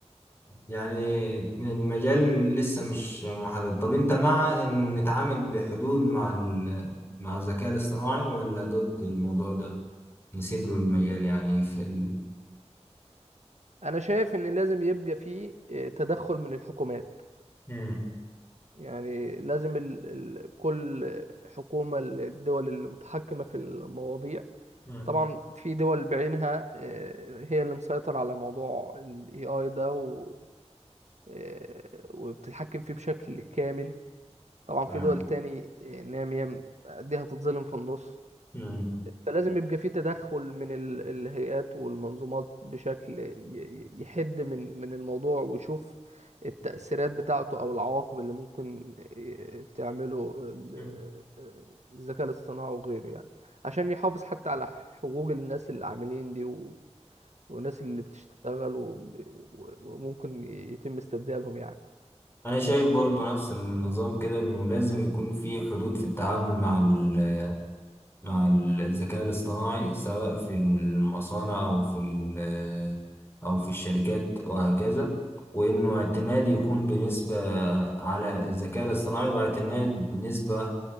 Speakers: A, on the left (about 20°); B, on the right (about 80°).
A: يعني المجال لسه مش محدد طب انت مع انه نتعامل بحدود مع ال... مع الذكاء الاصطناعي ولا ضد الموضوع ده نسيب له المجال يعني في ال...
B: انا شايف ان لازم يبقى فيه آه، تدخل من الحكومات
A: مم.
B: يعني لازم ال... ال... كل حكومة الدول المتحكمة في المواضيع
A: مم.
B: طبعا في دول بعينها آه، هي اللي مسيطرة على موضوع ال AI ده و... آه، وبتتحكم فيه بشكل كامل طبعا
A: آه.
B: في دول تاني آه، نامية م- دي هتتظلم في النص
A: مم.
B: فلازم يبقى في تدخل من ال- الهيئات والمنظومات بشكل ي- ي- يحد من من الموضوع ويشوف التأثيرات بتاعته أو العواقب اللي ممكن ي- تعمله ال-
A: مم.
B: الذكاء الاصطناعي وغيره يعني عشان يحافظ حتى على حقوق الناس اللي عاملين دي و- والناس اللي بتشتغل وب- و- وممكن يتم استبدالهم يعني
A: انا شايف برضو نفس النظام كده انه لازم يكون في حدود في التعامل مع ال... مع الذكاء الاصطناعي سواء في المصانع أو في ال- أو في الشركات وهكذا وإنه اعتماد يكون بنسبة على الذكاء الاصطناعي واعتماد بنسبة